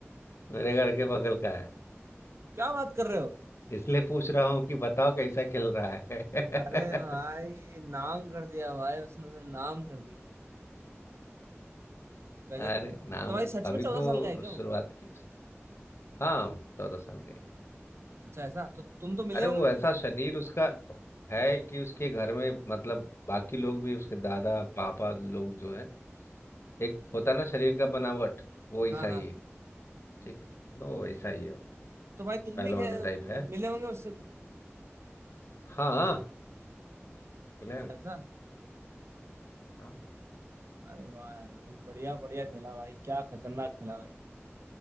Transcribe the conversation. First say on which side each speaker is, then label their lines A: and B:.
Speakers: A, on the left; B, on the right.
A: मेरे घर के बगल का है
B: क्या बात कर रहे हो
A: इसलिए पूछ रहा हूँ कि बताओ कैसा खेल रहा है <laughs>
B: अरे भाई नाम कर दिया भाई उसने तो नाम कर दिया गजब
A: अरे
B: खेला
A: नाम
B: तो भाई सच
A: अभी
B: में चौदह
A: तो
B: साल का है क्या
A: शुरुआत
B: वो
A: की है उसने। हाँ चौदह साल का
B: अच्छा ऐसा तो तुम तो मिले
A: अरे
B: होंगे
A: वो ऐसा
B: कुछ
A: शरीर उसका है कि उसके घर में मतलब बाकी लोग भी उसके दादा पापा लोग जो है एक होता ना शरीर का बनावट वो वैसा
B: हाँ
A: ही
B: हाँ
A: है ठीक है तो वैसा ही है वो,
B: तो भाई तुम
A: पहलवानों
B: भी खे
A: टाइप है
B: मिले होंगे उससे तो
A: हाँ हाँ, बोले
B: अच्छा
A: ना
B: ऐसा
A: हाँ,
B: अरे वाह यार भाई बढ़िया बढ़िया खेला भाई क्या खतरनाक खेला भाई